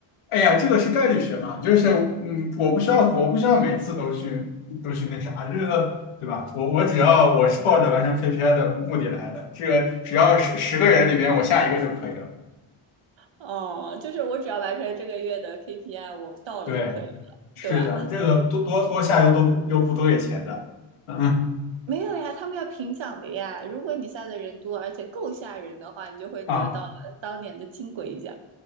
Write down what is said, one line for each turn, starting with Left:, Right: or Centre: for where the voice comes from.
Left: 哎呀，这个是概率学嘛，就是嗯，我不需要，我不需要每一次都去都去那啥，这个对吧？我我只要我是抱着完成 KPI 的目的来的，这个只要十十个人里边我下一个就可以了。
Right: 哦，就是我只要完成这个月的 KPI，我到了就可以了，
Left: 对，是的，
Right: 对吧？
Left: 这个多多多下又都不又不多给钱的，嗯
Right: 没有呀，他们要评奖的呀。如果你下的人多，而且够吓人的话，你就会得到当年的金龟奖。
Left: 啊。